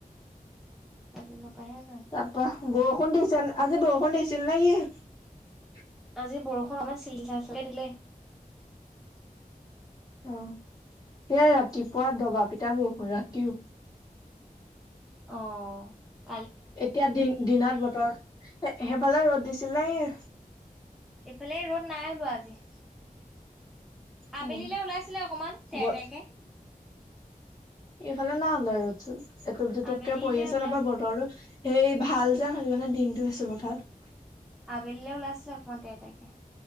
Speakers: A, in the centre; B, on the left.
A: কালি পাপাহে যাম।
B: তাপা বৰষুণ দিছেন আজি বৰষুণ দিছিল নে কি? <inaudible>
A: আজি বৰষুণ আমাৰ চিলি চাচকে দিলে।
B: অহ, সেইয়া ৰাতিপুৱা দবা পিটা বৰষুণ ৰাতি
A: অহ
B: এতিয়া দিন দিনত বতৰ, সেইফালে ৰ'দ দিছিলেহি
A: এইফালে ৰ'দ নাই ওলোৱা আজি আবেলিলৈ
B: অ
A: ওলাইছিলে অকমান, তেৰ
B: বত
A: তেৰকে
B: এইফালে নাই ওলোৱা আৰু এটুপ দুটুপকে
A: আবেলিলে
B: পৰি আছে,
A: ওলাইছিলে
B: তাৰপৰা বতৰটো সেই ভাল যেন, সেইকাৰণে দিনটো আছো পথাৰত।
A: আবেলিলৈ ওলাইছিলে অকণমান তেৰ তেৰকে।